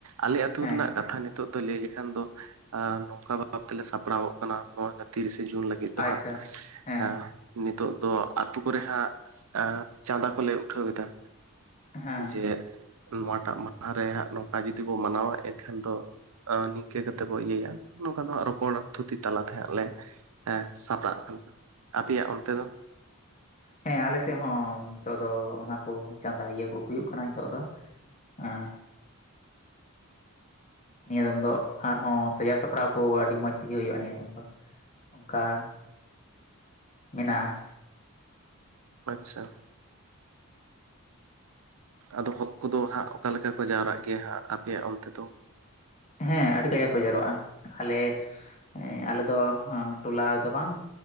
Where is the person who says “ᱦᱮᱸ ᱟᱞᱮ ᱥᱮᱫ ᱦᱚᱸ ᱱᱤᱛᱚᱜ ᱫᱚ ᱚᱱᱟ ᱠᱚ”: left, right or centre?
Left